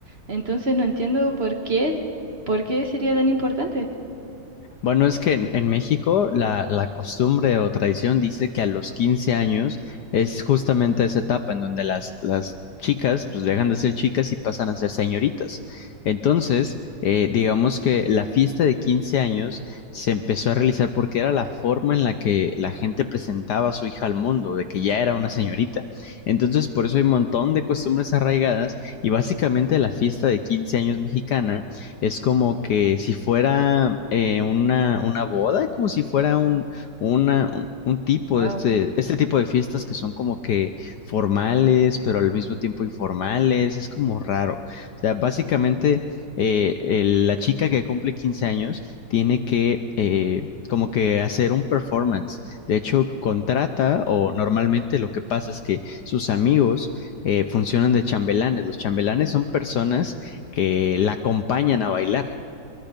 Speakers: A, on the right; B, on the left.
A: Entonces no entiendo por qué, por qué sería tan importante.
B: Bueno, es que en, en México la, la costumbre o tradición dice que a los 15 años es justamente esa etapa en donde las, las chicas pues dejan de ser chicas y pasan a ser señoritas. Entonces, eh, digamos que la fiesta de 15 años se empezó a realizar porque era la forma en la que la gente presentaba a su hija al mundo, de que ya era una señorita. Entonces, por eso hay un montón de costumbres arraigadas y básicamente la fiesta de 15 años mexicana es como que si fuera eh, una, una boda, como si fuera un, una, un un tipo
A: Wow.
B: de este, este tipo de fiestas que son como que formales, pero al mismo tiempo informales, es como raro. O sea, básicamente eh, el- la chica que cumple 15 años tiene que... eh, como que hacer un performance. De hecho, contrata o normalmente lo que pasa es que sus amigos eh, funcionan de chambelanes. Los chambelanes son personas que la acompañan a bailar.